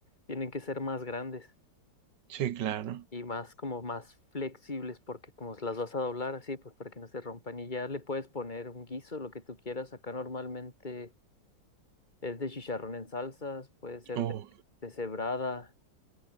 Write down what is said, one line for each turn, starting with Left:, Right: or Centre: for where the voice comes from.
Left: tienen que ser más grandes
Right: sí, claro.
Left: y más como más flexibles porque como las vas a doblar así, pues para que no se rompan y ya le puedes poner un guiso, lo que tú quieras. Acá normalmente es de chicharrón en salsas, puede ser
Right: Uh,
Left: de, de cebrada,